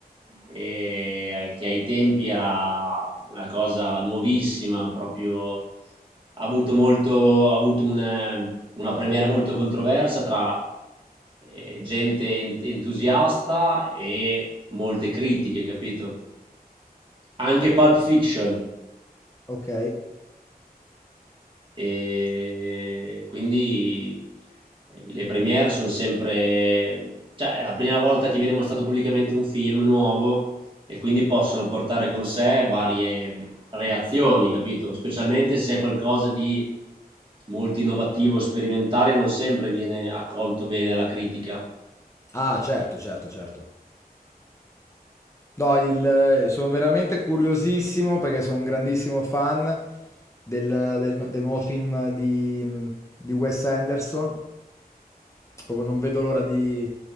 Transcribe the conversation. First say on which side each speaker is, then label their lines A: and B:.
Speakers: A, on the right (about 30°); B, on the left (about 20°).
A: eh, che ai tempi era una cosa nuovissima, proprio ha avuto, molto, ha avuto un, eh, una premiere molto controversa tra eh, gente ent- entusiasta e molte critiche, capito? Anche Pulp Fiction
B: Ok.
A: E quindi eh, le premiere sono sempre, cioè è la prima volta che viene mostrato pubblicamente un film nuovo e quindi possono portare con sé varie reazioni, capito? Specialmente se è qualcosa di molto innovativo, sperimentale, non sempre viene accolto bene dalla critica.
B: Ah, certo, certo, certo. No, il- eh, sono veramente curiosissimo perché sono un grandissimo fan del, del- del nuovo film di, di Wes Anderson. Proprio non vedo l'ora di,